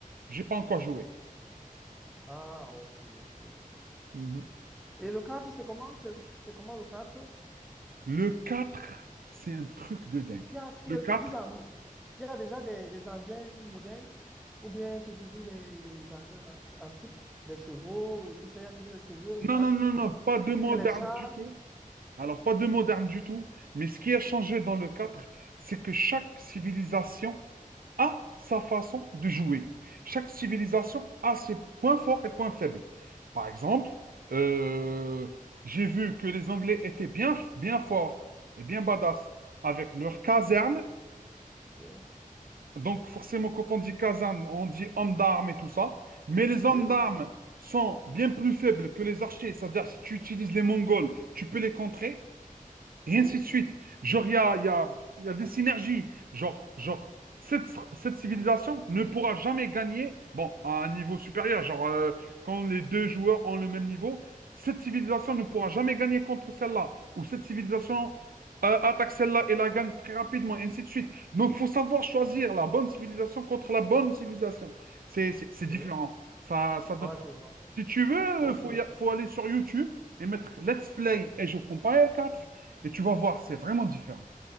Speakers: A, on the right (about 80°); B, in the centre.
A: J'ai pas encore joué.
B: Ah, ok, ok.
A: Mhm.
B: Et le kart, c'est comment? C'est c'est comment le kart?
A: Le 4, c'est un truc de dingue.
B: Il y a, quel-
A: Le 4.
B: ils en- il y a déjà des, des engins modernes ou bien c'est toujours des engins anti- antiques, des chevaux et tout ça. Il y a toujours les chevaux
A: Non,
B: au kart
A: non, non,
B: ou
A: non, pas de moderne
B: bien les chars.
A: du tout. Alors, pas de moderne du tout. Mais ce qui a changé dans le quatre c'est que chaque civilisation a sa façon de jouer. Chaque civilisation a ses points forts et points faibles. Par exemple, euh, j'ai vu que les Anglais étaient bien, bien forts et bien badass avec leur caserne
B: Oui,
A: donc, forcément, quand on dit caserne, on dit homme d'armes et tout ça. Mais les
B: oui,
A: hommes
B: oui,
A: d'armes sont bien plus faibles que les archers. C'est-à-dire, si tu utilises les Mongols, tu peux les contrer. Et
B: oui,
A: ainsi de suite. Genre, il y a, il y a- il y a des synergies. Genre, genre cette, cette civilisation ne pourra jamais gagner, bon, à un niveau supérieur. Genre, euh, quand les deux joueurs ont le même niveau, cette civilisation ne pourra jamais gagner contre celle-là. Ou cette civilisation euh, attaque celle-là et la gagne très rapidement, et ainsi de suite. Donc, il faut savoir choisir la bonne civilisation contre la bonne civilisation. C'est c'est- c'est différent.
B: oui.
A: Ça, ça donne...
B: Ouais, je vois.
A: Si tu veux,
B: Ok.
A: euh, faut, y a- faut aller sur YouTube et mettre Let's Play Age of Empires 4 et tu vas voir, c'est vraiment différent.